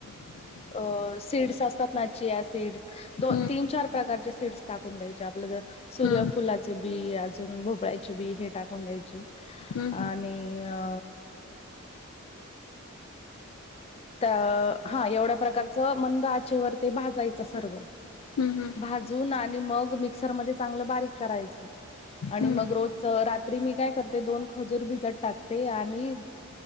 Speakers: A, on the left; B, on the left.
A: अ सीड्स असतात ना. चिया सीड्स दोन,
B: हम्म
A: तीन, चार प्रकारचे सीड्स टाकून द्या यचे. आपल्या त्या सूर्यफुलाचे
B: हम्म हम्म
A: बी, आजून भोपळायचे बी, हे टाकून द्यायचे.
B: हम्म हम्म
A: आणि अ अ हा एवढ्या प्रकारचं मंद आचेवर ते भाजायचं सर्व.
B: हम्म, हम्म.
A: भाजून आणि मग मिक्सर मधे चांगलं बारीक करायच. आणि
B: हम्म
A: मग रोज चं. रात्री मी काय करते. दोन खजूर भिजत टाकते आणि